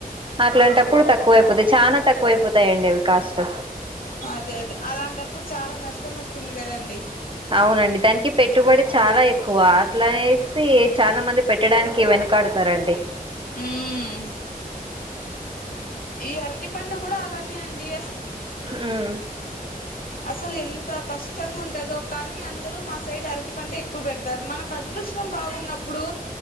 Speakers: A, on the right; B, on the left.
A: అట్లాంటప్పుడు తక్కువైపో పోతే చాలా తక్కువైపోతాయండి అవి కాష్ట్
B: అదే అదే అలాంటప్పుడు చాలా నష్టం వస్తుంది కదా అండి
A: అవునండి దానికి పెట్టుబడి చాలా ఎక్కువ అట్లనే సి చాలా మంది పెట్టడానికి వెనకాడుతారండి
B: ఊమ్ ఈ అరటి పండు కూడా అలానే అండి
A: మ్మ్
B: అసలు ఎంత కష్టంగా ఉంటదో కానీ అందరు మా సైడ్ అరటి పంటె ఎక్కువ పెడతారు మనకద్రు కృష్ణం బాగున్నప్పుడు